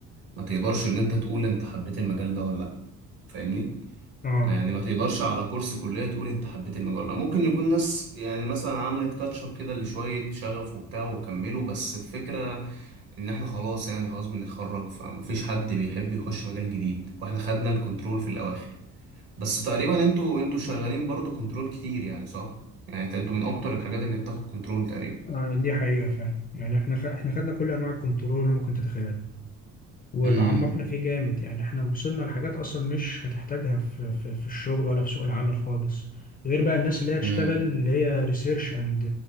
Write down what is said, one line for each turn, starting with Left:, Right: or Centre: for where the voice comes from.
Right: ما تقدرش ان انت تقول انت حبيت المجال ده ولا لا فاهمني
Left: اه
Right: ما يعني ما تقدرش على كورس كلية تقول انت حبيت المجال ولا لا ممكن يكون ناس يعني مثلا عملت كاتشب كده لشوية شغف وبتاع وكملوا بس الفكرة ان احنا خلاص يعني خلاص بنتخرج فما فيش حد بيحب يخش مجال جديد واحنا خدنا الكنترول في الاواخر بس تقريبا انتوا انتوا شغالين برضو كنترول كتير يعني صح يعني انت- انتوا من اكتر الحاجات اللي بتاخد كنترول تقريبا
Left: آه، دي حقيقة فعلا يعني احنا خ... احنا خدنا كل انواع الكنترول اللي ممكن تتخيلها وتعمقنا
Right: امم
Left: فيه جامد يعني احنا وصلنا لحاجات اصلا مش هتحتاجها في في, في الشغل ولا في سوق العمل خالص غير بقى الناس اللي هي تشتغل
Right: امم
Left: اللي هي ريسيرش اند